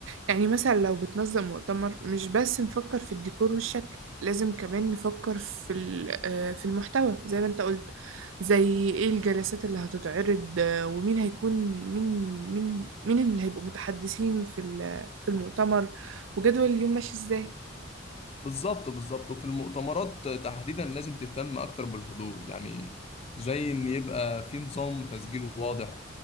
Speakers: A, on the right; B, on the left.
A: يعني مثلا لو بتنظم مؤتمر مش بس نفكر في الديكور والشكل لازم كمان نفكر في ال- آه، في المحتوى زي ما انت قلت زي ايه الجلسات اللي هتتعرض آه، ومين هيكون مين مين مين اللي هيبقوا متحدثين في ال- في المؤتمر وجدول اليوم ماشي ازاي
B: بالظبط بالظبط وفي المؤتمرات تحديدا لازم تهتم أكتر بالحضور يعني زي إن يبقى في نظام تسجيل واضح